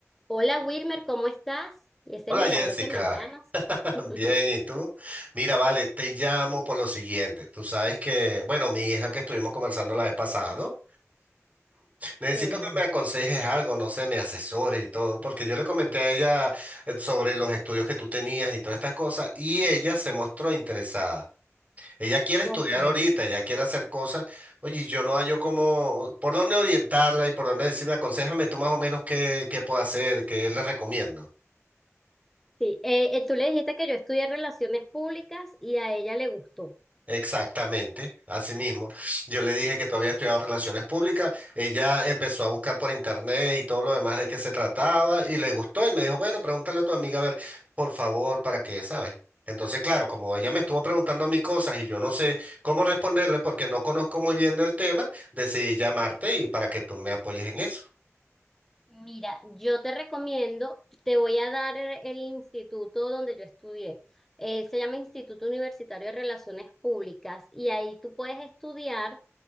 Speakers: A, in the centre; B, on the right.
A: Hola Wilmer, ¿cómo estás? Y ese
B: Hola
A: milagro
B: Jessica,
A: que me llamas.
B: <laughs>
A: <laughs>
B: bien, ¿y tú? Mira, vale, te llamo por lo siguiente. Tú sabes que, bueno, mi hija que estuvimos conversando la vez pasada, ¿no? Necesito
A: Sí,
B: que me aconsejes algo, no sé, me asesores y todo, porque yo le comenté a ella eh, sobre los estudios que tú tenías y todas estas cosas, y ella se mostró interesada. Ella quiere
A: ok.
B: estudiar ahorita, ella quiere hacer cosas. Oye, y yo no hallo cómo, por dónde orientarla y por dónde decirme, aconséjame tú más o menos qué, qué puedo hacer, qué le recomiendo.
A: Sí, eh, eh, tú le dijiste que yo estudié relaciones públicas y a ella le gustó.
B: Exactamente, así mismo. Yo le dije que tú habías estudiado relaciones públicas, ella empezó a buscar por internet y todo lo demás de qué se trataba y le gustó y me dijo, bueno, pregúntale a tu amiga a ver, por favor, para qué, ¿sabes? Entonces, claro, como ella me estuvo preguntando a mí cosas y yo no sé cómo responderle porque no conozco muy bien del tema, decidí llamarte y para que tú me apoyes en eso.
A: Mira, yo te recomiendo, te voy a dar el instituto donde yo estudié. Eh, se llama Instituto Universitario de Relaciones Públicas y ahí tú puedes estudiar.